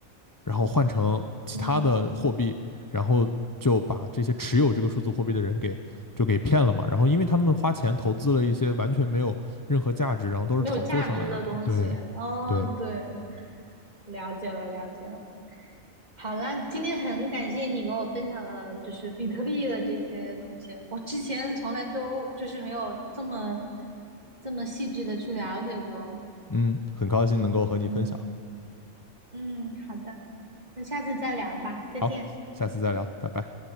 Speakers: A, on the left; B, on the right.
A: 然后换成其他的货币，
B: 嗯，嗯
A: 然后就把这些持有这个数字货币的人给就给骗了嘛。然后因为他们花钱投资了一些完全没有任何价值，然后都是炒作上来的。
B: 没有价值的东西。
A: 对，
B: 哦，
A: 对，
B: 对，了解了，了解了。好啦，今天很感谢你给我分享了，就是比特币的这些东西。我之前从来都就是没有这么这么细致的去了解过。
A: 嗯，很高兴能够和你分享。
B: 嗯嗯，好的，那下次再聊吧，再见。
A: 好，下次再聊，拜拜。